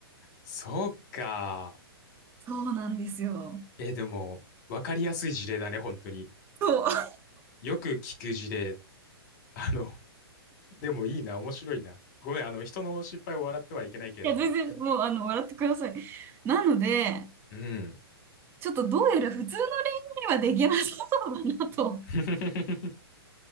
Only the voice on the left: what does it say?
そうか。
えー、でも、わかりやすい事例だね、本当に。
よく聞く事例。あの、でもいいな、面白いな。ごめん、あの、人の失敗を笑ってはいけないけれども。
うん。
<laughs>